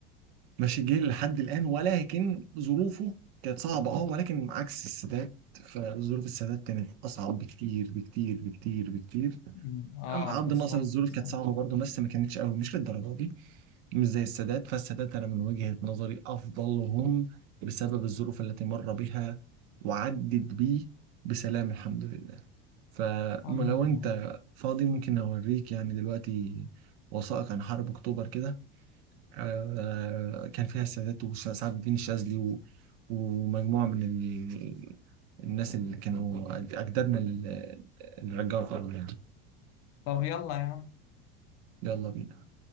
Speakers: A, on the right; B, on the left.
A: ماشي جه لحد الان ولكن ظروفه كانت صعبه اه ولكن عكس السادات فظروف السادات كانت اصعب بكتير بكتير بكتير بكتير
B: م، آه
A: أم عبد
B: بالظبط
A: الناصر الظروف
B: صح.
A: كانت صعبه برضه بس ما كانتش قوي مش للدرجه دي مش زي السادات فالسادات أنا من وجهة نظري أفضلهم بسبب الظروف التي مر بها وعدت بيه بسلام الحمد لله فلو
B: الحمد لله
A: أنت فاضي ممكن أوريك يعني دلوقتي وثائق عن حرب أكتوبر كده آه، كان فيها السادات وسعد الدين الشاذلي و- ومجموعة من ال- الناس اللي كانوا أجدادنا ال- اللي رجعوا الأرض يعني
B: طب يلا يا عم
A: يلا بينا